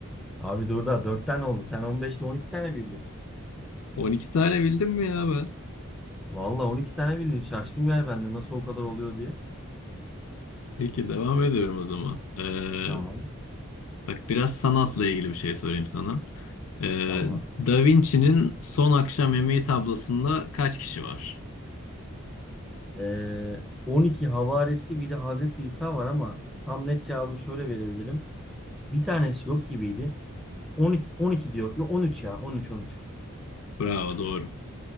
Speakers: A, in the centre; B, on the left (about 75°).
A: Abi dur da 4 tane oldu. Sen on beşte 12 tane bildin.
B: 12 tane bildim mi ya ben?
A: Valla 12 tane bildin. Şaştım yani ben de nasıl o kadar oluyor diye.
B: Peki devam ediyorum o zaman. Ee,
A: Tamam.
B: bak biraz sanatla ilgili bir şey sorayım sana. Ee,
A: Tamam.
B: Da Vinci'nin Son Akşam Yemeği tablosunda kaç kişi var?
A: Ee, 12 havarisi bir de Hazreti İsa var ama tam net cevabı şöyle verebilirim. Bir tanesi yok gibiydi. 12, 12 diyor. Yok 13 ya. 13 13.
B: Bravo doğru.